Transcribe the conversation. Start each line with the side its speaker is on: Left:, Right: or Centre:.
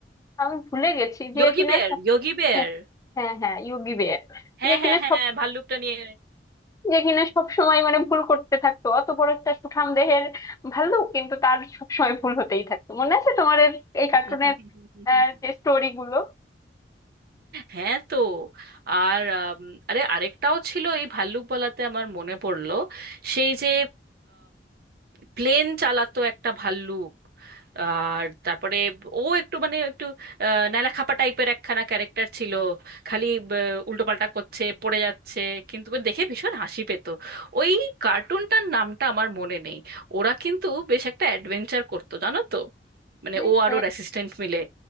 Left: আমি ভুলে গেছি যে
Right: যোগী
Left: কিনা
Right: বেয়ার
Left: সব-
Right: যোগী বেয়ার
Left: হ্যাঁ হ্যাঁ হ্যাঁ ইয়োগি বেয়ার
Right: হ্যাঁ
Left: যে
Right: হ্যাঁ
Left: কিনা
Right: হ্যাঁ ভাল্লুকটা নিয়ে
Left: যে কিনা সবসময় মানে ভুল করতে থাকতো অত বড় একটা সুঠাম দেহের ভাল্লুক কিন্তু তার সবসময় ভুল হতেই থাকতো মনে আছে তোমার এর- এই
Right: <laughs>
Left: কার্টুনের যে স্টোরি গুলো
Right: হ্যাঁ তো আর আম, আরে আরেকটাও ছিল এই ভাল্লুক বলাতে আমার মনে পড়লো সেই যে প্লেন চালাতো একটা ভাল্লুক আর তারপরে ও একটু মানে একটু আহ, ন্যাড়াখাপা টাইপের একখানা ক্যারেক্টার ছিল খালি আহ, উল্টোপাল্টা করছে পড়ে যাচ্ছে কিন্তু ওর দেখে ভীষণ হাসি পেত ওই কার্টুনটার নামটা আমার মনে নেই ওরা কিন্তু বেশ একটা অ্যাডভেঞ্চার করতো জানো তো মানে
Left: হ্যাঁ
Right: ও আর
Left: হ্যাঁ
Right: ওর অ্যাসিস্ট্যান্ট মিলে